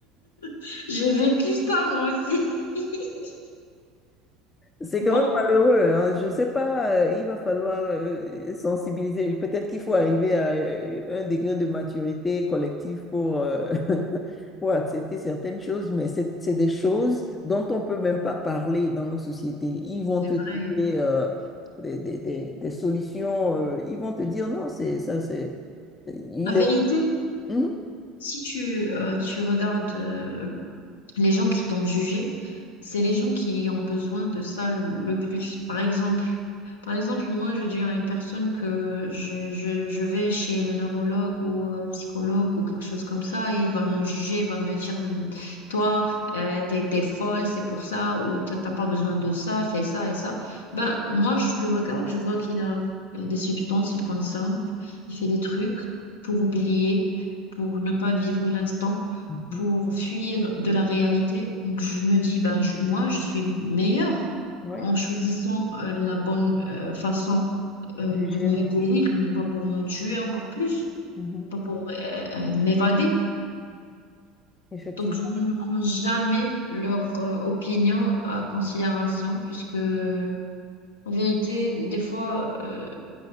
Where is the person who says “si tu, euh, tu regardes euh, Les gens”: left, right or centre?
Left